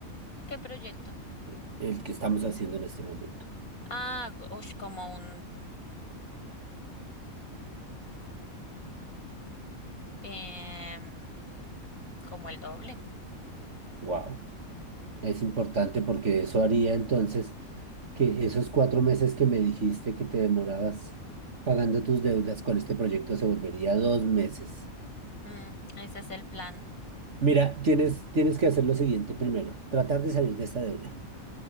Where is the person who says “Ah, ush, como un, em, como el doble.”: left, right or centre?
Left